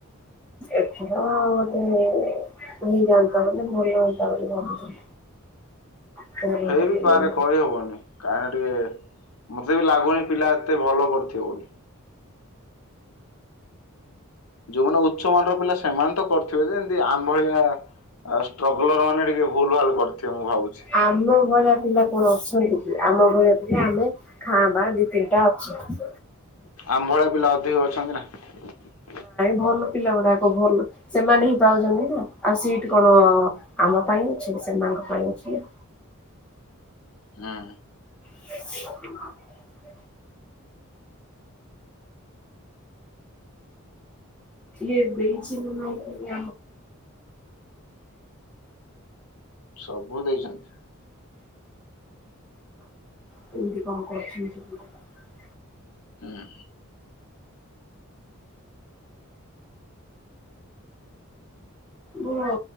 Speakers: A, in the centre; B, on the left.
A: ଏ ଗୋଟେ ହେଇଯାଆନ୍ତା ବୋଲି ଭଲ ଜାନ୍ତା ବୋଲି ଭଲ
B: ହେଇ
A: ଲାଗୁନି।
B: ବି ପାରେ କହି ହବନି କାହିଁକିନା ଟିକେ ମତେ ବି ଲାଗୁନି ପିଲା ଏତେ ଭଲ କରିଥିବ ବୋଲି। ଯୋଉମାନେ ଉଚ୍ଚ ମର ପିଲା ସେମାନେ ତ କରିଥିବେ ଯେମତି ଆମ୍ଭଳିଆ ଷ୍ଟ୍ରଗଲର ମାନେ ଟିକେ ଭୁଲ ଭାଲ କରିଥିବେ। ମୁଁ ଭାବୁଛି।
A: ଆମ ଭଳିଆ ପିଲା କଣ ଅଛନ୍ତି କି ଆମ ଘଳିଆ ଆମେ ଖାଆବା ଦି ତିନିଟା ଅଛୁ
B: ଆମ୍ଭଳିଆ ପିଲା ଅଧିକ ଅଛନ୍ତି ନା
A: ଭଲପିଲା ଗୁଡାକ ଭଲ ସେମାନେ ହିଁ ପଳୁଛନ୍ତି ନା ଆସି ହେଟି କଣ ଆମ ପାଇଁ <unintelligible> ଆଜି।
B: ହଁ
A: <inaudible> ଏ ଦେଇଚି କି
B: ସବୁ ଦେଇଛନ୍ତି
A: ତି କଣ <unintelligible>
B: ହଁ
A: ହ